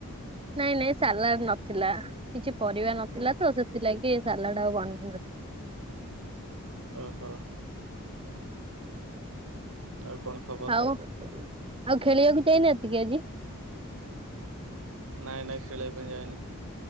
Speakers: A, on the right (about 25°); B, on the right (about 65°).
A: ନାଇଁ ନାଇଁ ସାଲାଡ ନଥିଲା କିଛି ପରିବା ନଥିଲା ତ ସେଥିଲାଗି ସାଲାଡ ଆଉ ବନେଇ ନଥିଲେ।
B: ଓହୋ। ଆଉ କଣ ଖବର
A: ହଉ ଆଉ ଖେଳିବାକୁ ଯାଇନାହାନ୍ତିକି ଆଜି?
B: ନାଇଁ ନାଇଁ ଖେଳିବା ପାଇଁ ଯାଇନି।